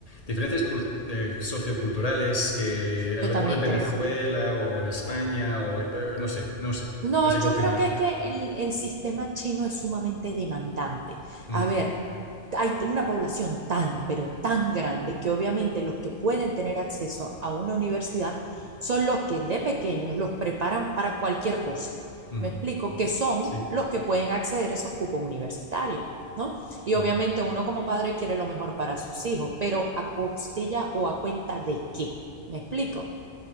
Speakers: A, on the left; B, on the right.
A: diferencias cul- eh, socioculturales que a
B: Yo
A: lo
B: también
A: mejor en Venezuela
B: creo.
A: o en España o eh, no sé, no sé,
B: No,
A: no sé qué
B: yo
A: opinar.
B: creo que es que el, el sistema chino es sumamente demandante.
A: Ujú,
B: A ver, hay una población tan, pero tan grande que obviamente los que pueden tener acceso a una universidad son los que de pequeños los preparan para cualquier cosa.
A: ujú,
B: Me explico, que son
A: sí.
B: los que pueden acceder a esos cupos universitarios, ¿no? Y
A: mm.
B: obviamente uno como padre quiere lo mejor para sus hijos, pero a costilla o a cuenta de qué, ¿me explico?